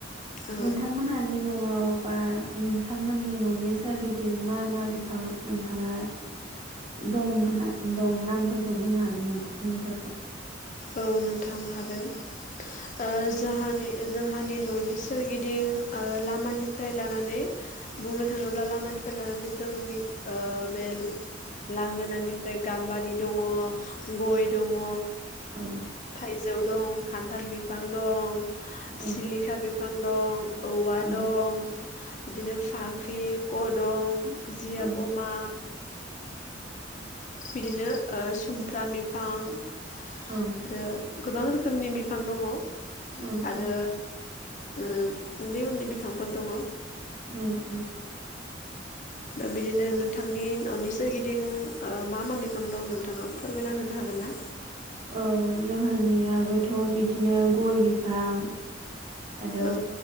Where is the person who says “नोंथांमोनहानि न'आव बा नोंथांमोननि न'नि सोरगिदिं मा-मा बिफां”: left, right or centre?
Right